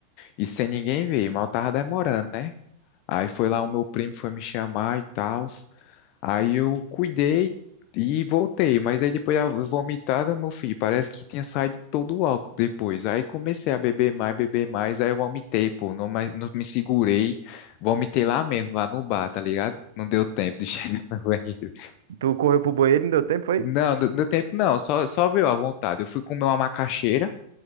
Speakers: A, on the left (about 40°); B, on the right (about 60°).
A: E sem ninguém ver, mal tava demorando, né? Aí foi lá o meu primo foi me chamar e tal. Aí eu cuidei e voltei, mas aí depois a vomitada, meu filho, parece que tinha saído todo o álcool depois. Aí comecei a beber mais, beber mais, aí eu vomitei, pô, não, mais- não me segurei, vomitei lá mesmo, lá no bar, tá ligado? Não deu tempo de <laughs> chegar no banheiro.
B: Tu correu pro banheiro, não deu tempo, foi?
A: Não, não deu tempo não, só, só veio à vontade. Eu fui comer uma macaxeira.